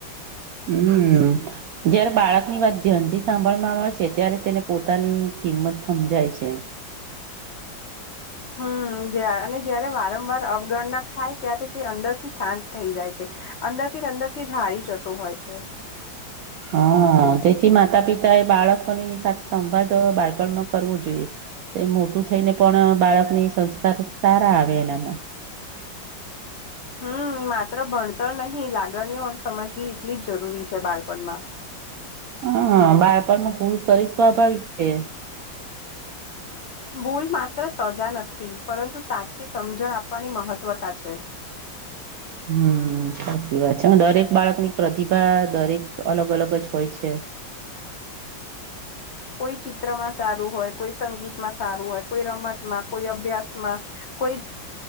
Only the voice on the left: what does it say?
હમ જ અને જયારે વારંવાર અવગણના થાય ત્યારે તે અંદર થી શાંત થઈ જાય છે, અંદર થી અંદર થી જ હારી જતો હોય છે.
હમ માત્ર ભણતર નહી લાગણીઓ સમજવી એટલી જ જરૂરી છે બાળપણમાં.
ભૂલ માત્ર સજા નથી પરંતુ સાચી સમજણ આપવાની મહત્વતા છે.
કોઈ ચિત્રમાં સારું હોય કોઈ સંગીતમાં સારું હોય કોઈ રમતમાં કોઈ અભ્યાસમાં કોઈ